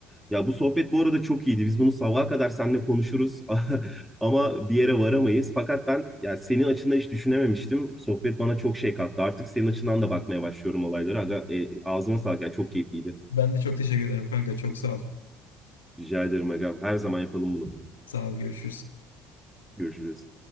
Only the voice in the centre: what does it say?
Ya bu sohbet bu arada çok iyiydi. Biz bunu sabaha kadar seninle konuşuruz <laughs> ama bir yere varamayız. Fakat ben ya senin açından hiç düşünememiştim. Sohbet bana çok şey kattı. Artık senin açından da bakmaya başlıyorum olaylara. Aga, e, ağzına sağlık. Ya çok keyifliydi.
Rica ederim agam. Her zaman yapalım bunu.
Görüşürüz.